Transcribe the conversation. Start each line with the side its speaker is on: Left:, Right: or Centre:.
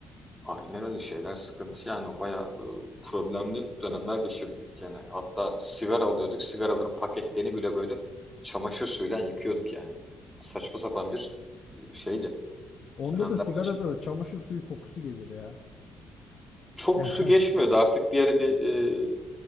Centre: Aynen öyle şeyler sıkıntı yani o bayağı e, problemli dönemler geçirdik yani. Hatta sigara alıyorduk. Sigaraların paketlerini bile böyle çamaşır suyuyla yıkıyorduk yani. Saçma sapan bir e, şeydi.
Left: Onda
Centre: Dönemler
Left: da sigarada
Centre: geçirdik.
Left: da çamaşır suyu kokusu gelir ya.
Centre: Çok
Left: Yani
Centre: su geçmiyordu
Left: <laughs>
Centre: artık bir ara bir e,